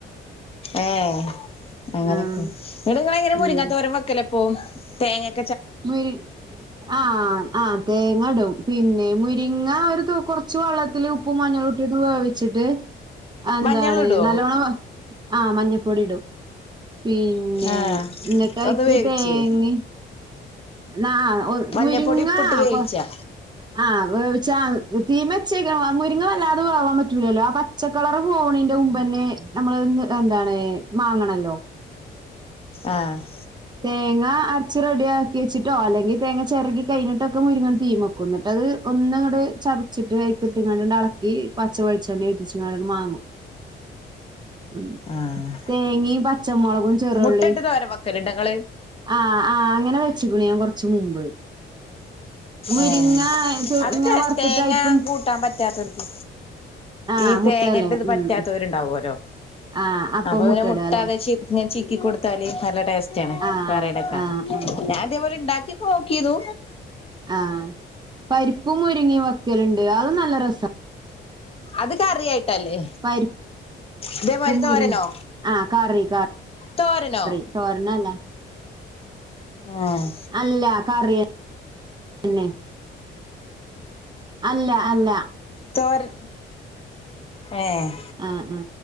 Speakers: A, on the left (about 30°); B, on the right (about 20°).
A: ഏഹ് അങ്ങനൊക്കെ
B: ആഹ്
A: ഇങ്ങ്ട്ട് ഇങ്ങളെങ്ങനെ മുരിങ്ങാത്തോരം
B: ഉം
A: വെക്കലപ്പോ- തേങ്ങേ-
B: മുരി ആഹ് ആഹ് തേങ്ങടും- പിന്നെ മുരിങ്ങ ഒര് തൂ കൊറച്ച് വള്ളത്തില് ഉപ്പും മഞ്ഞളുട്ട്ട്ട് വേവ്ച്ച്ട്ട്- ന്താണ്
A: മഞ്ഞൾ ഇടുവോ
B: നല്ലോണം ആഹ് മഞ്ഞപ്പൊടിടും- പിന്നെ
A: ആഹ്
B: ന്നിട്ടയ്ക്ക്
A: ഒന്ന് വേവിച്ചേ
B: തേങ്ങെ- ന്നാആ
A: മഞ്ഞപ്പൊടി
B: മുരിങ്ങാ
A: ഉപ്പിട്ട് വേവിച്ചാ
B: കൊ ആഹ്- ചാ തീമെച്ചെ പച്ചേക്ക മുരിങ്ങ വല്ലാതെ വേവാൻ പറ്റൂലലൊ ആ പച്ചക്കളർ പോണീന്റെ മുമ്പ്ന്നെ- നമ്മള്ന്ന് ന്താണ് മാങ്ങണല്ലൊ-
A: ആഹ്-
B: തേങ്ങ അരച്ച് റെഡിയാക്കി വെച്ചിട്ടൊ അല്ലെങ്കി തേങ്ങ ചെരകി കഴിഞ്ഞിട്ടൊകെ മുരിങ്ങണ് തീമക്കും- ഒന്നങ്ങട് ചതച്ചിട്ട് അയ്‌ക്കിട്ടങ്ങാണ്ട് ഏളക്കി പച്ചവെളിച്ചെണ്ണീം ഒറ്റിച്ചിങ്ങാണ്ട് മാങ്ങും. ഉം
A: ആഹ്
B: തേങ്ങീം പച്ച മൊളകും ചെറുള്ളി
A: മുട്ടട്ട് തോരൻ വെക്കലുണ്ടോ ഇങ്ങള്
B: ആഹ് ആഹ് അങ്ങനെ വെച്ച് ക്ക്ണു കൊറച്ച് മുമ്പ് മുരിങ്ങ
A: ഏ
B: ത്
A: അത്
B: ഇങ്ങനെ
A: ടേസ്റ്റ്‌
B: വറുത്തിട്ടയ്ക്കും
A: തേങ്ങ കൂട്ടാൻ പറ്റാത്തത്
B: ആഹ്
A: ഈ
B: മുട്ടല്ലേ
A: തേങ്ങന്റത് പറ്റാത്തവരുണ്ടാവല്ലോ
B: ഉം ആഹ്
A: അപ്പൊ
B: മുട്ടടാല്ലേ
A: പിന്നെ മുട്ട അതാ ചിക്കി കൊടുത്താല് നല്ല ടേസ്റ്റ്
B: ആഹ്
A: പറയണേക്ക
B: ആഹ് ആഹ്
A: ഞാൻ അതേപോലെ ഉണ്ടാക്കിയൊക്കെ നോക്കിയതു
B: ആ പരിപ്പും മുരുങ്ങിയ വെക്കലുണ്ട് അതും നല്ല രസാണ്
A: അത് കറിയായിട്ടല്ലേ
B: പരിപ്പും
A: ഇതേ മാരി
B: മുരിങ്ങ
A: തോരനോ
B: ആഹ് കറി ക
A: തോരനോ
B: കറി തോരനല്ല
A: ആഹ്
B: അല്ല കറിയന്നെ അല്ല അല്ല
A: തോരൻ ഏഹ്
B: ആ ആ